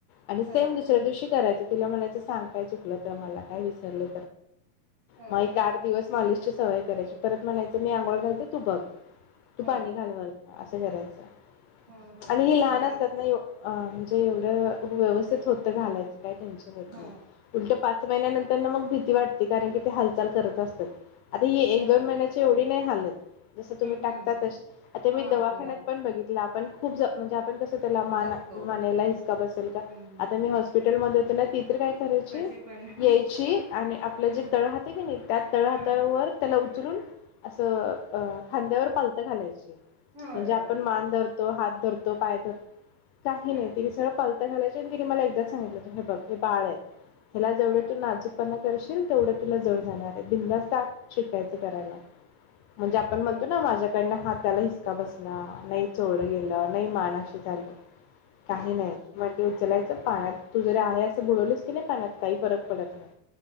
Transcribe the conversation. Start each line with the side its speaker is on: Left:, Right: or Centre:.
Left: आणि
Right: ह
Left: सेम दुसऱ्या दिवशी करायचं तिला म्हलायचं सांग काय चुकलं तर मला, काय वि म
Right: ह
Left: माला आठ दिवस मालिश ची सवय करायची. परत म्हणायचं मी आंघोळ घालते तु बघ. तू
Right: ह
Left: पाणी घाल वर असं करायचं.
Right: ह ह
Left: आणि हे लहान
Right: नाही
Left: असतात ना अ ते येवढं व्यवस्थित होतं घालायचं काय टेन्शन येत
Right: ह
Left: नाही. उलट पाच महिन्या
Right: ह
Left: नंतर नं मग भी भीती वाटते कारण की ते हालचाल करत असत्यात. आता हि एक
Right: हम्म
Left: दोन महिन्याची एवढी नाही हालत जसं तुम्ही टाकता
Right: हम्म
Left: तस. आता मी
Right: हा
Left: दवाखान्यात
Right: ते राहत
Left: पण बघितलं आपण खूप जन म्हणजे आपण कसं? त्याला मान
Right: जपतो
Left: मानेला
Right: हम्म
Left: हिसका बस
Right: हम्म
Left: आता मी हॉस्पिटल म <inaudible> ती काय करायची
Right: कसे पण
Left: यायची आणि आपलं
Right: ह
Left: जे तळ हात आहे की नाइ, त्या तळ हातावर
Right: ह
Left: त्याला उचलून असं अं खांद्यावर पालतं घालायचं
Right: होय
Left: म्हणजे
Right: होय
Left: आपण मान धरतो हात धरतो पाय धर काही
Right: ह
Left: नाही तीनी सरळ पालथ घालायचे आणि तिनी मला एकदा सांगितलं होतं हे बघ हे बाळ ये ह्याला जेवढं
Right: ह
Left: तू नाजूकपणा करशील तेवढं तिला जड जाणार आहे बिनधास्त ताप शिकायच करायला म्हणजे
Right: अरे
Left: आपण म्हणतो
Right: ह
Left: ना माझ्या त्यांना हाताला हिसका बसला नाई चोळल गेलं नाई मान अशी झाली काही
Right: हा
Left: नाही
Right: हा
Left: म ते उचलायच पाण्यात तू जरी आहे असं बुडवलीस की नाय पाण्यात काही फरक पडत नाय